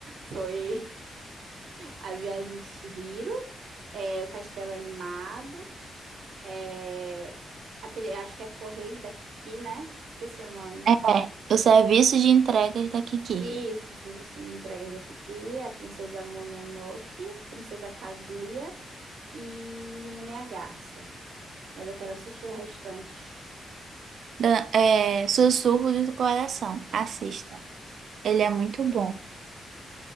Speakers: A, on the right; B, on the right.
A: foi. A Viagem de Chihiro, é, o Castelo Animado, é, aquele, acho que é Correios da Kiki, né? Esqueci o nome.
B: É, o serviço de entregas da Kiki.
A: Isso, Serviço de Entregas da Kiki, a Princesa Mononoke, Princesa Kaguya e Menina e a Garça. Mas eu quero assistir o restante.
B: Da- é, Sussurro do Coração. Assista. Ele é muito bom.